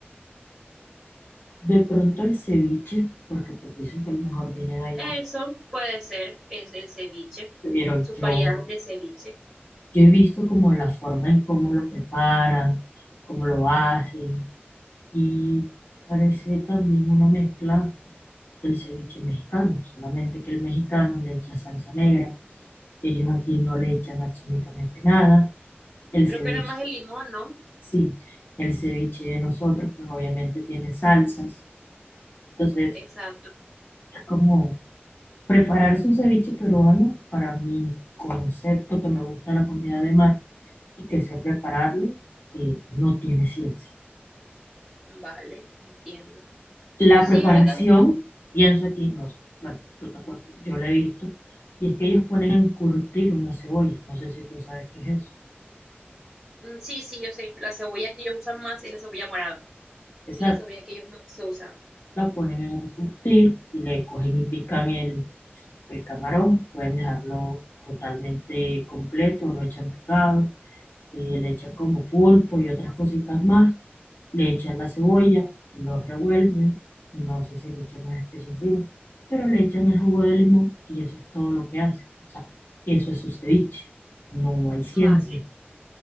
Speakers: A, on the left (about 55°); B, in the centre.
A: De pronto el ceviche, porque pues dicen que el mejor viene de allá,
B: Eso puede ser, es el ceviche,
A: pero
B: sus
A: yo,
B: variedades de ceviche.
A: yo he visto como la forma en cómo lo preparan, cómo lo hacen, Y parece también una mezcla del ceviche mexicano, solamente que el mexicano le echa salsa negra, ellos aquí no le echan absolutamente nada. El
B: Creo
A: ceviche,
B: que era más el limón, ¿no?
A: sí, el ceviche de nosotros pues obviamente tiene salsas, entonces
B: Exacto.
A: es como prepararse un ceviche peruano para mi concepto que me gusta la comida de mar y que sé prepararlo, eh, no tiene ciencia.
B: Vale, entiendo.
A: La
B: Sí,
A: preparación,
B: hay, ga-
A: pienso aquí, no sé, bueno, tú tampoco, yo la he visto, y es que ellos ponen a encurtir una cebolla, no sé si tú sabes qué es eso.
B: mm, sí, sí, yo sé, la cebolla que ellos usan más es la cebolla morada,
A: Exacto,
B: es la cebolla que ellos más usan.
A: la ponen a encurtir, le cogen y pican el, el camarón, pueden dejarlo totalmente completo, lo echan picado, eh, le echan como pulpo y otras cositas más, Le echan la cebolla, lo revuelven, no sé si le echan una especie encima, pero le echan el jugo de limón y eso es todo lo que hace. O sea, eso es su ceviche. No hay ciencia,
B: Vale.